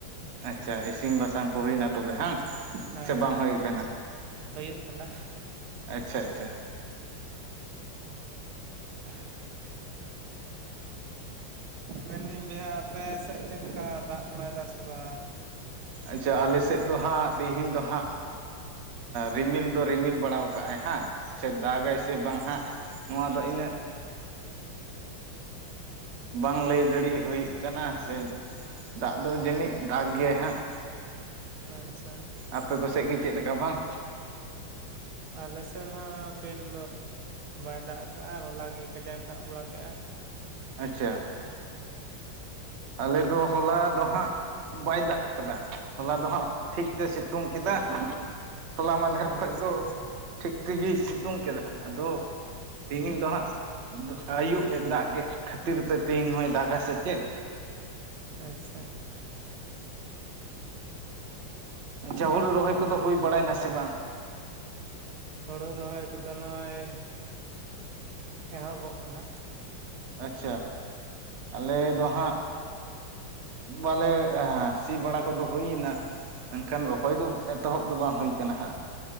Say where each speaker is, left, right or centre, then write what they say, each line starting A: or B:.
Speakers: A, on the right; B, on the right.
A: ᱟᱪᱪᱷᱟ ᱤᱥᱤᱱ ᱵᱟᱥᱟᱝ ᱠᱚ ᱦᱩᱭᱱᱟ ᱛᱚᱵᱮ ᱦᱟᱝ? ᱥᱮ
B: ᱦᱮᱸ
A: ᱵᱟᱝ ᱦᱩᱭ ᱠᱟᱱᱟ
B: ᱦᱩᱭᱩᱜ ᱠᱟᱱᱟ᱾
A: ᱟᱪᱪᱷᱟ, ᱟᱪᱪᱷᱟ᱾
B: <unintelligible> ᱢᱮᱱ ᱫᱟᱹᱧ ᱵᱚᱭᱦᱟ ᱟᱯᱮ ᱥᱮᱫ ᱪᱮᱫ ᱞᱮᱠᱟ ᱫᱟᱜ ᱵᱟᱲᱟᱭ ᱫᱟ ᱥᱮ ᱵᱟᱝ?
A: ᱟᱪᱪᱷᱟ ᱟᱞᱮ ᱥᱮᱫ ᱫᱚ ᱦᱟᱸᱜ ᱛᱮᱦᱤᱧ ᱫᱚ ᱦᱟᱸᱜ ᱨᱤᱢᱤᱞ ᱫᱚ ᱨᱤᱢᱤᱞ ᱵᱟᱲᱟ ᱠᱟᱜ ᱟᱭ ᱦᱟᱸᱜ ᱥᱮ ᱫᱟᱜᱟᱭ ᱥᱮ ᱵᱟᱝ ᱦᱟᱸᱜ᱾ ᱱᱚᱣᱟ ᱫᱚ ᱤᱱᱟᱹᱜ ᱵᱟᱝ ᱞᱟᱹᱭ ᱫᱟᱲᱤ ᱦᱩᱭᱩᱜ ᱠᱟᱱᱟ ᱥᱮ ᱫᱟᱜ ᱫᱚ ᱡᱟᱹᱱᱤᱡ ᱫᱟᱜ ᱜᱮᱭᱟ ᱦᱟᱸᱜ᱾
B: ᱟᱪᱪᱷᱟ᱾
A: ᱟᱯᱮ ᱠᱚ ᱥᱮᱫ ᱜᱮ ᱪᱮᱫ ᱞᱮᱠᱟ ᱵᱟᱝ?
B: ᱟᱞᱮ ᱥᱮᱫ ᱦᱚᱸ ᱛᱤᱱ ᱫᱚ ᱵᱟᱭ ᱫᱟᱜ ᱟᱠᱟᱜᱼᱟ ᱦᱚᱞᱟ ᱜᱮ ᱠᱟᱡᱟᱠ ᱫᱟᱜ ᱵᱟᱲᱟ ᱠᱮᱜᱼᱟ᱾
A: ᱟᱪᱪᱷᱟ᱾ ᱟᱞᱮ ᱫᱚ ᱦᱚᱞᱟ ᱫᱚ ᱦᱟᱸᱜ ᱵᱟᱭ ᱫᱟᱜ ᱠᱟᱫᱟ ᱦᱚᱞᱟ ᱫᱚ ᱦᱟᱸᱜ ᱴᱷᱤᱠ ᱛᱮ ᱥᱤᱛᱩᱝ ᱠᱮᱫᱟ᱾ ᱦᱚᱞᱟ ᱢᱟᱫᱷᱮᱨ
B: ᱟᱪᱪᱷᱟ
A: ᱠᱷᱚᱱ ᱫᱚ
B: ᱟᱪᱪᱷᱟ
A: ᱴᱷᱤᱠ ᱛᱮᱜᱮᱭ ᱥᱤᱛᱩᱝ ᱠᱮᱫᱟ ᱟᱫᱚ ᱛᱤᱦᱤᱧ ᱫᱚ ᱦᱟᱸᱜ ᱟᱹᱭᱩᱵ ᱮ ᱫᱟᱜ ᱜᱮᱫ ᱠᱷᱟᱹᱛᱤᱨ ᱛᱮ ᱛᱮᱦᱤᱧ ᱦᱚᱭ ᱫᱟᱜᱟ ᱥᱮ ᱪᱮᱫ᱾
B: ᱟᱪᱪᱷᱟ᱾
A: ᱟᱪᱪᱷᱟ ᱦᱩᱲᱩ ᱨᱚᱦᱚᱭ ᱠᱚᱫᱚ ᱦᱩᱭ ᱵᱟᱲᱟᱭᱱᱟ ᱥᱮ ᱵᱟᱝ?
B: ᱦᱳᱲᱩ ᱨᱚᱦᱚᱭ ᱠᱚᱫᱚ ᱱᱚᱜᱼᱚᱭ ᱮᱦᱚᱵᱚᱜ ᱠᱟᱱᱟ᱾
A: ᱟᱪᱪᱷᱟ ᱟᱞᱮ
B: ᱦᱩᱸ
A: ᱫᱚ ᱦᱟᱸᱜ ᱵᱟᱞᱮ ᱥᱤ ᱵᱟᱲᱟ ᱠᱚᱫᱚ ᱦᱩᱭᱮᱱᱟ ᱢᱮᱱᱠᱷᱟᱱ
B: ᱦᱩᱸ
A: ᱨᱚᱦᱚᱭ ᱫᱚ ᱮᱛᱚᱦᱚᱵ ᱫᱚ ᱵᱟᱝ ᱦᱩᱭ ᱟᱠᱟᱱᱟ ᱦᱟᱸᱜ᱾